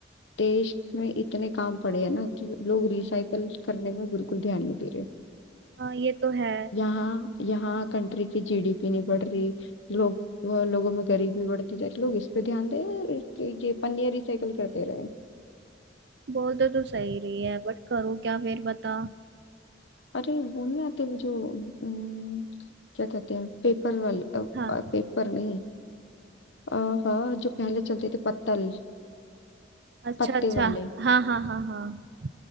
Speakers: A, on the left; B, on the right.
A: देश में इतने काम पड़े हैं ना कि लोग रिसाइकल करने में बिल्कुल ध्यान नहीं दे रहे
B: हाँ ये तो है
A: यहाँ यहाँ कंट्री की जीडीपी नहीं बढ़ रही लोग लोगों में गरीबी बढ़ती जा रही लोग इस पे ध्यान दें और कि ये पन्नियाँ रिसाइकल करते रहे
B: बोल तो तू सही रही है बट करूँ क्या फिर बता
A: अरे वो नहीं आते वो जो अम, क्या कहते हैं पेपर वाले
B: हाँ
A: पेपर नहीं अ, हाँ जो पहले चलते थे पत्तल
B: अच्छा
A: पत्ते
B: अच्छा
A: वाले
B: हाँ हाँ हाँ हाँ